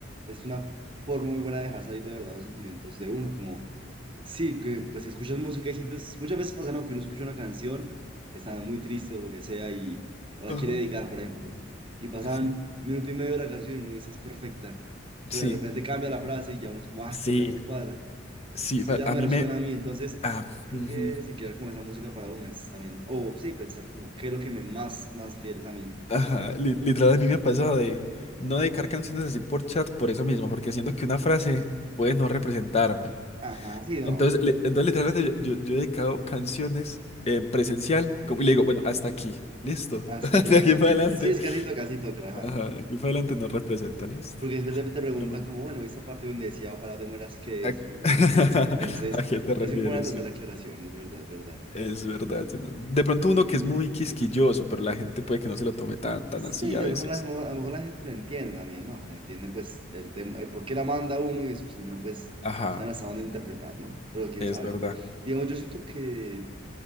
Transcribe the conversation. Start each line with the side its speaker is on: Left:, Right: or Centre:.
Right: es una forma muy buena de dejar salir de verdad los sentimientos de uno, como Sí, que pues si escuchas música y sientes, muchas veces pasa, ¿no? Que uno escucha una canción, está muy triste o lo que sea y o
Left: ajá,
Right: la quiere dedicar, por ejemplo, y
Left: <laughs>
Right: pasan
Left: sí.
Right: minuto y medio de la canción y uno dice es perfecta, pero
Left: Sí.
Right: de repente cambia la frase y ya uno es como, ah,
Left: Sí,
Right: esto ya no me cuadra,
Left: Sí,
Right: esto
Left: pa-
Right: ya
Left: a
Right: no me
Left: mí
Right: resuena
Left: me,
Right: a mí, entonces
Left: Ah,
Right: creo
Left: ujú.
Right: que si crear como esa música para una es también, o sí, pensar como qué es lo que me más, más fiel es a mí.
Left: Ajá, li- literal a mí me ha pasado de no dedicar canciones así por chat por eso mismo, porque siento que una frase puede no representarme.
Right: Ajá, sí, no,
Left: Entonces, li- entonces literalmente yo, yo- yo he dedicado canciones en presencial como, y le digo, bueno, hasta aquí, listo,
Right: hasta
Left: <laughs>
Right: aquí la
Left: de aquí
Right: canción.
Left: para adelante.
Right: Eh, Sí, es casi toca, casi toca, ajá.
Left: Ajá, de aquí para adelante no representa, listo.
Right: Porque después te te preguntan
Left: Pero muy bien.
Right: como, bueno, esta parte donde decía, ojalá te mueras, ¿qué
Left: ¿A,
Right: es? ¿Eso qué
Left: <laughs>
Right: significa? Entonces,
Left: ¿A qué te refieres?
Right: es importante hacer
Left: sí?
Right: la aclaración, es verdad, es verdad.
Left: Es verdad. sí, no. De pronto
Right: Y
Left: uno
Right: no.
Left: que es muy quisquilloso, pero la gente puede que no se lo tome tan, tan
Right: Sí,
Left: así a
Right: a
Left: veces.
Right: lo mejor la, a lo mejor la gente lo entiende también, ¿no? Como entienden, pues, el tema, el por qué la manda uno y si no, pues,
Left: Ajá.
Right: saben hasta dónde interpretar, ¿no? Pero quién
Left: Es
Right: sabe.
Left: verdad.
Right: Digamos, yo siento que